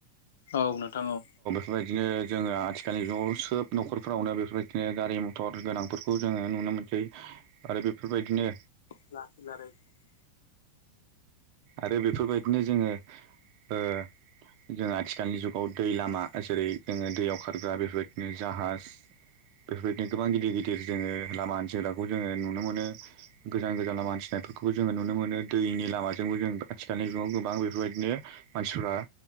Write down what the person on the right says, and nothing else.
बेफोरबायदिनो जोङो आथिखालनि ज' सोब नखरफ्रावनो बेफोरबायदिनो गारि मथर गोनांफोरखौ जोङो नुनो नुनो मोनसै आरो बेफोरबायदिनो
आरो बेफोरबायदिनो जोङो ओ जों आथिखालनि जुगाव दै लामा जेरै जोङो दैयाव खारग्रा बेफोरबायदिनो जाहाज बेफोरबायदिनो गोबां गिदिर गिदिर जोङो लामा हानथिग्राखौ जोङो नुनो मोनो गोजान गोजान लामा हानथिनाय बेफोरबोखौ जोङो नुनो मोनो दैनि लामा जोंबो जों आथिखालनि जुगाव गोबां बेफोरबायदिनो मानसिफ्रा